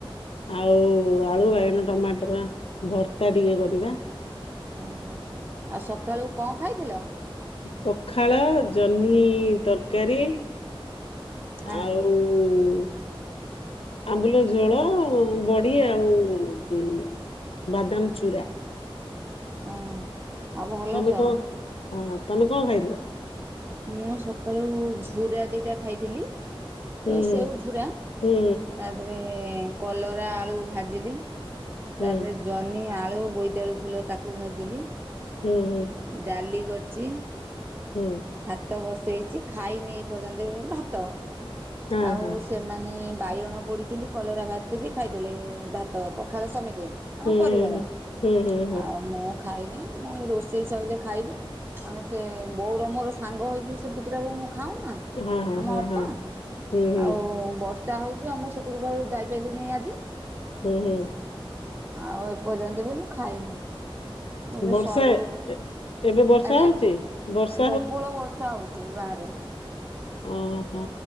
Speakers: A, on the left; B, on the right.
A: ଆଉ ଆଳୁ ବାଇଗଣ ଟମାଟର ଭର୍ତ୍ତା ଟିକେ କରିବା।
B: ଓହୋ ଆଉ ସକାଳୁ କଣ ଖାଇଥିଲ?
A: ପଖାଳ ଜହ୍ନି ତରକାରୀ ଆଉ
B: ହଁ
A: ଆମ୍ବୁଲ ଝୋଳ ବଡି ଆଉ ଉଁ ବାଦାମ ଚୂରା
B: ଅଁ ଆ ଭଲ
A: ତମେ
B: ତ।
A: କଣ ହଁ ତମେ କଣ ଖାଇଥିଲ?
B: ମୁଁ ସକାଳୁ ଝୁରା ଦିଟା ଖାଇଥିଲି।
A: ହୁଁ
B: ଯୋଉ ସେଉଝୁରା
A: ହୁଁ
B: ତାପରେ କଲରା ଆଳୁ ଭାଜିଲି ତା
A: ହୁଁ
B: ଦେହରେ ଜହ୍ନି ଆଳୁ, ବୋଇତାଳୁ ଫୁଲ ତାକୁ ଭାଜିଲି।
A: ହୁଁ ହୁଁ
B: ଡାଲି କରଚି।
A: ହୁଁ।
B: ଭାତ ବସେଇଚି ଖାଇ ନେଇ ଏପର୍ଯ୍ୟନ୍ତ ବି ମୁଁ ଭାତ
A: ହୁଁ
B: ଆଉ
A: ହଁ ହଁ।
B: ସେମାନେ ବାଇଗଣ ପୋଡ଼ିଥିଲି କଲରା ଭଜିଥିଲି ଖାଇଦେଲେ ଭାତ ପଖାଳ ସମେତେ। ଆମ
A: ହୁଁ
B: ପରିବାର
A: ହୁଁ ହୁଁ ହୁଁ ହୁଁ ହୁଁ
B: ଆଉ ମୁଁ ଖାଇନି ମୁଁ ଏଇ ରୋଷେଇ ସଇଲେ ଖାଇବି ଆମେ ସେ ବୋଉର ମୋର ସାଙ୍ଗ ହେଇକି ସ୍ ସେ ପୁତୁରା ବୋଉ ମୁଁ ଖାଉ ନା
A: ହଁ
B: ଆମ
A: ହଁ
B: ଅପା।
A: ହଁ ହଁ ହୁଁ ହୁଁ
B: ଆଉ ବର୍ଷା ହୋଉଚି ଆଉ ମୁଁ ସେପଟକୁ ପା ଆଉ ଯାଇପାଇଲିନେଇ ଆଜି।
A: ହୁଁ ହୁଁ।
B: ଆଉ ଏ ପର୍ଯ୍ୟନ୍ତ ବି ମୁଁ ଖାଇନି। ମୁଁ କହିଲି
A: ବର୍ଷା
B: ସରୁ
A: ଏ ଏବେ ବର୍ଷା
B: ଆଜ୍ଞା।
A: ହୋଉଚି ବର୍ଷ୍
B: ପ୍ରବଳ ବର୍ଷା ହୋଉଚି ବାହାରେ।
A: ଓହୋ